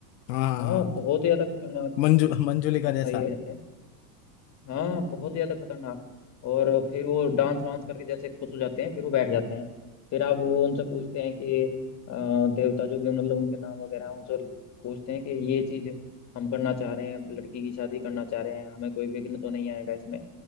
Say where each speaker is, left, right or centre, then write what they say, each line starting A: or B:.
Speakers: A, on the left (about 80°); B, on the left (about 35°).
A: हाँ हाँ हाँ
B: हाँ बहुत ही ज्यादा खतरनाक
A: मंजू मंजुलिका
B: हाँ
A: जैसा
B: ये रहता है हाँ बहुत ज्यादा खतरनाक और फिर वो डांस वांस करके जैसे खुश हो जाते हैं फिर वो बैठ जाते हैं फिर आप वो उनसे पूछते हैं कि अ, देवता जो भी मतलब उनके नाम वगैरह हैं उनसे पूछते हैं कि ये चीज हम करना चाह रहे हैं लड़की की शादी करना चाह रहे हैं हमें कोई विघ्न तो नहीं आएगा इसमें